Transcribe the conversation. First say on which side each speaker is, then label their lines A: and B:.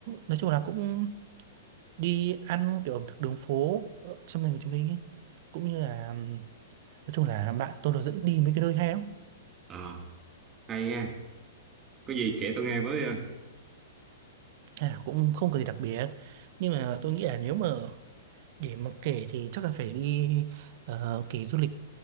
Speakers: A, on the right; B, on the right.
A: nói chung là cũng đi ăn kiểu ẩm thực đường phố ở trong thành phố Hồ Chí Minh ấy cũng như là ừ, nói chung là bạn tôi nó dẫn đi mấy cái nơi hay lắm
B: À, hay nha. Có gì kể tôi nghe với ờ,
A: hay là cũng không có gì đặc biệt nhưng mà tôi nghĩ là nếu mà Để mà kể thì chắc là phải đi ờ, kể du lịch